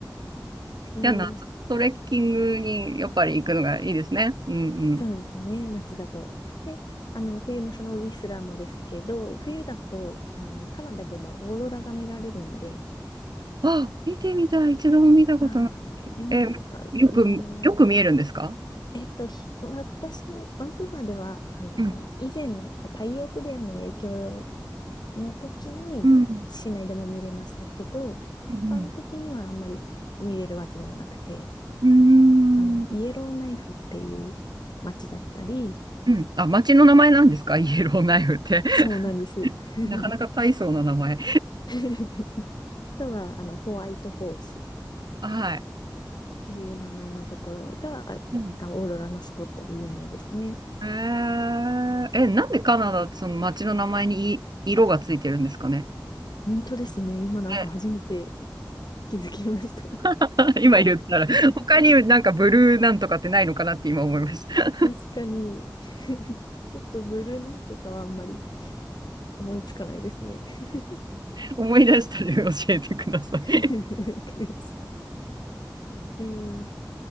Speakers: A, on the left; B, on the right.
A: え
B: じゃあ、夏トレッキングにやっぱり行くのがいいですね。うん
A: そうですね、夏だと。で、あの、冬のそのウィスラーもですけど、冬だと、あの、カナダでもオーロラが見られるので、
B: うん。あ、見てみたい。一度も見たことない。
A: ああ、本当ですか。
B: え、よく、
A: もう、
B: よく見えるんですか
A: えっと、ひ私のバンクーバーでは、あの、
B: うん。
A: 以前なんか太陽フレアの影響の時に市内でも見れましたけど、
B: うん。
A: 一般的にはあんまり見れるわけではなくて、
B: うん。うん。
A: あの、イエローナイフっていう街だったり、
B: うんあ、町の名前なんですかイエローナイフって。
A: そうなんです。
B: <laughs>
A: <laughs>
B: なかなか大層な名前。
A: <laughs> あとは、あの、ホワイトホースっ
B: はい。
A: ていう名前のところが、
B: うん。
A: あのオーロラのスポットで有名ですね。
B: えー、え、なんでカナダ、その町の名前にい色がついてるんですかね。
A: 本当ですね。今なんか初めて
B: ね
A: 気づきました。
B: <laughs> 今言ったら、
A: <laughs>
B: 他になんかブルーなんとかってないのかなって今思いました。
A: 確かに <laughs> ちょっとブルーなんとかはあんまり思いつかないですね。<laughs>
B: 思い出したら教えてください。
A: わ
B: <laughs>
A: かりました。えー、